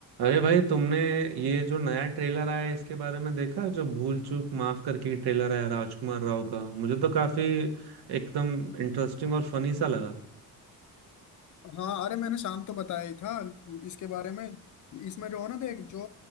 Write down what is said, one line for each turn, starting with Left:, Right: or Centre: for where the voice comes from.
Right: अरे भाई तुमने ये जो नया ट्रेलर आया है, इसके बारे में देखा है? जो भूल चूक माफ करके ट्रेलर आया राजकुमार राव का मुझे तो काफी एकदम इंटरेस्टिंग और फनी सा लगा
Left: हाँ अरे मैंने शाम तो बताया ही था इसके बारे में इसमें जो है ना देख जो